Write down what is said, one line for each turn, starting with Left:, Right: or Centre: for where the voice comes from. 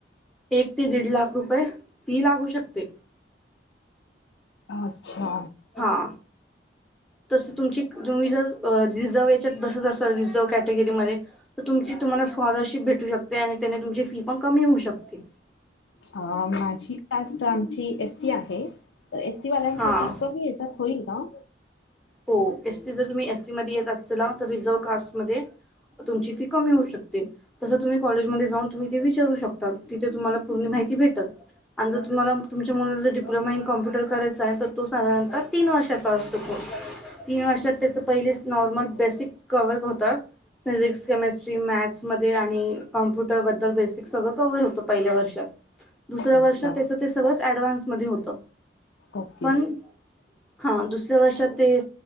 Centre: एक ते दीड लाख रुपये फी लागू शकते.
Left: अच्छा.
Centre: हां. तस तुमची तुम्ही जर रिझर्व्ह याच्यात बसत असाल रिझर्व्ह कॅटेगरीमध्ये- तर तुमची तुम्हाला स्कॉलरशिप भेटू शकते आणि त्याने तुमची फी पण कमी होऊ शकते.
Left: अ माझी कास्ट आमची एस- सि आहे. तर एस सी वाल्यांसाठी
Centre: हां
Left: कमी ह्याच्यात होईल का?
Centre: हो एस सी, जर तुम्ही एससी मध्ये येत असशिला तर रिझर्व कास्टमध्ये- तुमची फी कमी होऊ शकते. तसं तुम्ही कॉलेजमध्ये जाऊन तुम्ही ते विचारू शकता. तिथ तुम्हाला पूर्ण माहिती भेटल. आणि जर तुम्हाला, तुमच्या मुला जर डिप्लोमा इन कॉम्प्युटर करायच आहे तर- तो साधारणतः तीन वर्षाचा असतो कोर्स. तीन वर्षात त्याच पहिलेच नॉर्मल बेसिक कव्हर होत. फिजिक्स, केमिस्ट्री, मॅथ्समध्ये आणि कॉम्प्युटरबद्दल बेसिक सगळं कव्हर होतं पहिल्या वर्षात. दुसऱ्या
Left: अच्छा
Centre: वर्षात त्याच ते सगळच ऍडव्हान्स मध्ये होत.
Left: ओके
Centre: पण- हा दुसऱ्या वर्षात ते